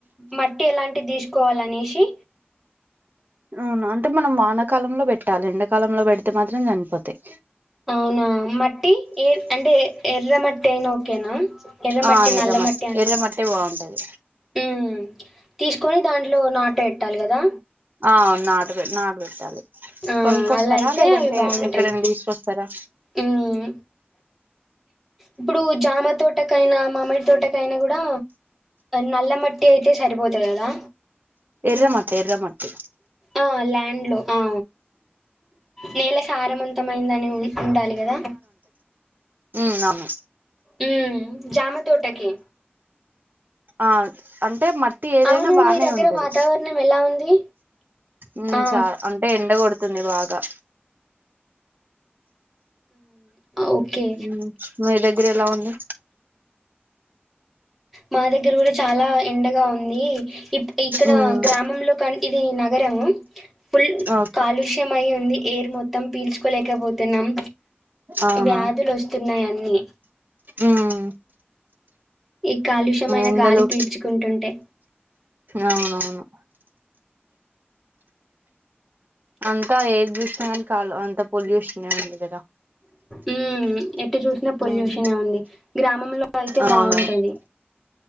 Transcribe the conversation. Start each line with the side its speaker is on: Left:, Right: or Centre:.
Centre: మట్టి ఎలాంటి తీసుకోవాలనేసి
Right: అవును అంటే మనం వానకాలంలో పెట్టాలి ఎండాకాలంలో పెడితే మాత్రం చనిపోతాయ్
Centre: అవునా మట్టి ఏ అంటే ఎర్ర మట్ టైన ఓకేనా ఎర్రమట్టి
Right: ఆ ఎర్ర
Centre: నల్లమట్టి
Right: మట్
Centre: అని
Right: ఎర్ర మట్టే బాగుంటది
Centre: ఉమ్ తీసుకొని దాంట్లో నాటు పెట్టాలి కదా
Right: ఆ నాటు నాడుబేట్టాలి
Centre: ఆ
Right: కొనుక్కొస్తారా
Centre: అలా అయితే
Right: లేదంటే
Centre: అవి బాగుంటాయి
Right: ఎక్కడైనా తీసుకొస్తారా
Centre: ఉమ్ ఇప్పుడు జామ తోటకైనా మామిడి తోటకయినా కూడా నల్ల మట్టి అయితే సరిపోతది కదా
Right: ఎర్రమట్టి ఎర్రమట్టి
Centre: ఆ ల్య ఏడ్లో ఆ నేల సారమంత ఇష్టమైందని ఉండాలి కదా
Right: ఉ అవును
Centre: ఉ జామ తోటకి
Right: ఆ అంటే మట్టి ఏదైనా
Centre: అవును
Right: బానే
Centre: మీ దగ్గర
Right: ఉంటది
Centre: వాతావరణం ఎలా ఉంది
Right: మ్మ్
Centre: ఆ
Right: చా అంటే ఎండ కొొడుతుంది బాగా
Centre: ఓకే
Right: ఉమ్ మీ దగ్గర ఎలా ఉంది
Centre: మా దగ్గర కూడా చాలా ఎండగా ఉంది ఇ ఇక్కడ
Right: ఉమ్
Centre: గ్రామంలో కానీ ఇది నా ఘోరము ఫుల్
Right: ఓకే
Centre: కాలుష్య అయి ఉంది ఎయిర్ మొత్తం పీల్చుకోలేకపోతున్నాం
Right: అవునా
Centre: ఇ వ్యాధులు వస్తున్నాయి అన్నీ
Right: ఉమ్
Centre: ఈ కాలుష్యమైన
Right: ఎండలు
Centre: గాలి పీల్చుకుంటుం అంటే
Right: అవునవును అంత ఏది చూసినా కానీ కాలు అంత పొల్యూషన్ ఉంది కదా
Centre: ఉమ్మ్ ఎట్టు చూసినా పొల్యూషన్
Right: ఉమ్
Centre: ఉంది గ్రామంలో అయితే
Right: అవును
Centre: బాగుంటది